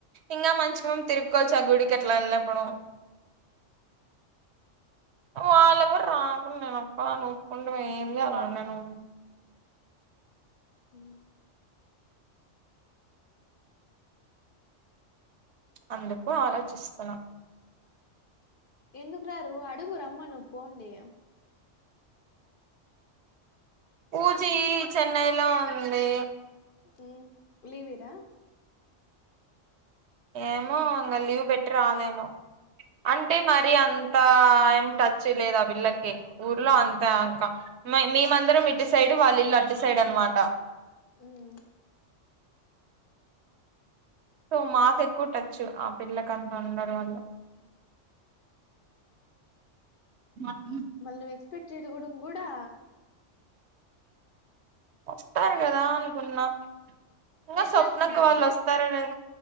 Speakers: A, on the right (about 65°); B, on the left (about 55°).
A: ఇంకా మంచి తిరుకువచ్చా గుడికట్లా వెళ్లినప్పుడు వాళ్ళ కూడా రాబండ్లేదు అక్క నేను ఒక్కదాని ఒప్పుకుంటే ఏమి లే అలా నేను
B: ఉ
A: అందుకు ఆలోచిస్తున్న
B: ఎందుకు రాారు అడుగు రమ్మ ను పోండి
A: పూజీ చెన్నైలో ఉంది
B: ఉ లీవ్ ఈరా
A: ఏమో ఇంకా లీవ్ బెట్టి రాదేమో అంటే మరి అంతా ఏం టచ్ లేదా పిల్ళకి ఊర్లో అంతా ఇంకా మేమందరం ఇటు సైడు వాళ్ళ ఇల్లు అటు సైడ్ అనమాట
B: ఉమ్మ్
A: సో మాకు ఎక్కువ టచ్ ఆ పిల్లక అంతా ఉండడం వల్ల మళ్లీ
B: మళ్ళీ ఎక్స్పెక్ట్ చేయకో కూడా
A: వస్తారు కదా అనుకున్నా ఇగ
B: ఎట్లా
A: స్వప్నకు
B: అనుకుంటావే
A: వాళ్ళు వస్తారేనే